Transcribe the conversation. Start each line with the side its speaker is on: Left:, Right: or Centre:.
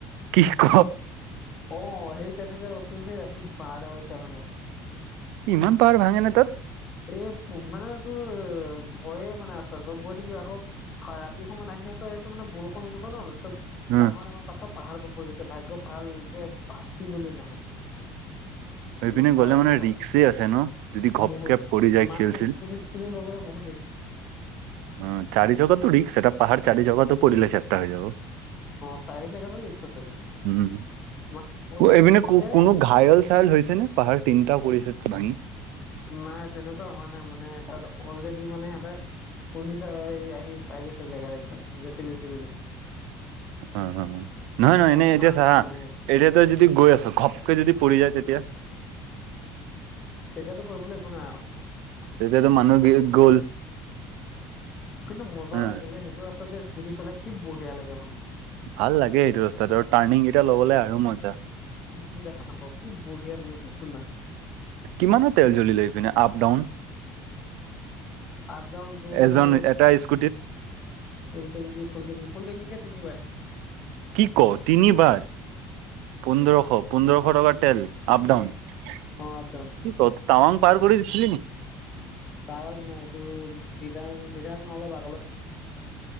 Right: কি ক।
Left: অ' সেই তেনেকে ৰখি ৰখি ৰাতি বাৰটা বাজিছে আহোঁতে।
Right: কি ইমান পাহাৰ ভাঙে নে তাত।
Left: এ মানে তোৰ ভয়ে মানে আছে তই গৈ থাকিবি আকৌ হয় ৰাতি সময়ত আহি আছো আহিছো মানে বৰষুণ এনেকুৱা ন চব
Right: অ
Left: ডাঙৰ ডাঙৰ পাত্ৰ পাহাৰ পৰা পৰি গৈছে ভাগ্য ভাল যে বাচি গ'লো সেইদিনাখন।
Right: সেইপিনে
Left: এনেকুৱা
Right: গ'লে
Left: ৰাস্তা
Right: মানে ৰিক্সে আছে ন যদি ঘপকে
Left: বহুত
Right: পৰি যায়
Left: মানে
Right: খেল চেল
Left: স্কুট স্কুটি লৈ গ'লে বহুত ৰিক্স।
Right: অ চাৰি জেগাটো ৰিক্স সেইটা পাহাৰ চাৰি জেগাটো পৰিলে চেপটা হৈ যাব।
Left: অ', চাৰি চাকাতো ৰিক্সা আছে কিন্তু।
Right: উম
Left: গ'লে
Right: এইপিনে
Left: দিনতে
Right: কোনো ঘায়ল চায়ল হৈছে নে? পাহাৰ তিনিটা পৰিছে ভাঙি।
Left: নাই তেনেকুৱা হোৱা নাই মানে, তাত অলৰেডি মানে এটা পুলিচ আৰু হেৰি আহি পাই গৈছে জেগাত একদম J C B, J C B লৈ।
Right: উমম নহয় নহয় এনেই
Left: এডভান্স
Right: এতিয়া চা হা
Left: মানে সিহঁতে
Right: এতিয়া তই যদি গৈ আছ, ঘপকে যদি পৰি যায় তেতিয়া?
Left: তেতিয়াতো কৰিবলে একো নাই আও।
Right: তেতিয়াতো মানুহ গে গ'ল।
Left: কিন্তু মজা
Right: হা
Left: লাগিলে, সেইটো ৰাস্তাত যে স্কুটি চলাই কি বঢ়িয়া লাগে মানে।
Right: ভাল লাগে এইটো ৰাস্তাত আৰু টাৰ্ণিং কেইটা ল'বলে আৰু মজা।
Left: একো দেখা নাপাওঁ, কি বঢ়িয়া ভিও কৈচো না।
Right: কিমানৰ তেল জ্বলিলে এইপিনে আপ ডাউন?
Left: আপ ডাউন তোৰ
Right: এজন এটা স্কুটিত?
Left: ফুল টেংকী ফুল টেংকী ফুল‌ টংকী কে তিনিবাৰ।
Right: কি ক? তিনিবাৰ পোন্ধৰশ পোন্ধৰশ টকাৰ তেল। আপ ডাউন কি
Left: অ আপ ডাউন
Right: ক টাৱাং পাৰ কৰি দিছিলি নি?
Left: টাৱাং নাই তোৰ দিৰাং দিয়াৰ অলপ আগলে